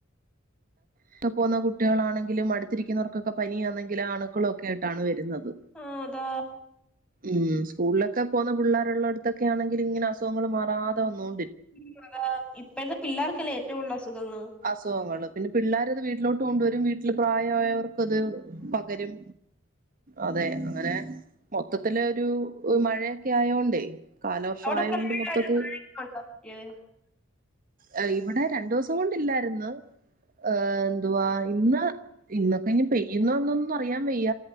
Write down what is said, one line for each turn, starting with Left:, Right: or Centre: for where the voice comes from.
Right: ഒക്കെ പോകുന്ന കുട്ടികളാണെങ്കിലും അടുത്തിരിക്കുന്നവർക്കൊക്കെ പനിയാന്നെങ്കിലും ആണുക്കളൊക്കെ ആയിട്ടാണ് വരുന്നത്
Centre: ആ അതാ
Right: ഉം സ്കൂളിലൊക് ഒക്കെ പോന്ന പിള്ളേരുള്ള ഇടത്തൊക്കെ ആണെങ്കിലും ഇങ്ങനെ അസുഖങ്ങൾ മാറാതെ വന്നോ
Centre: ഉം അതാ ഇപ്പഴത്തെ പിള്ളേർക്കല്ലേ ഏറ്റവും കൂടുതൽ അസുഖങ്ങൾ
Right: അസുഖങ്ങളും പിന്നെ പിള്ളേരത് വീട്ടിലോട്ട് കൊണ്ട് വരും വീട്ടിൽ പ്രായമായവർ ത് പകരും അതെ അങ്ങനെ മൊത്തത്തിലൊരു മഴയൊക്കെ ആയോണ്ടേ കാലവർഷം
Centre: അവിടെ
Right: ആയോണ്ട്
Centre: പ്രായ
Right: മൊത്തത്തിൽ
Centre: <unintelligible>
Right: ആ ഇവിടെ രണ്ടു ദിവസം കൊണ്ട് ഇല്ലായിരുന്നു എം എന്തുവാ ഇന്ന് ഇന്നൊക്കെ ഇനി പെയ്യുന്നൊ എന്നൊന്നും അറിയാൻ വയ്യ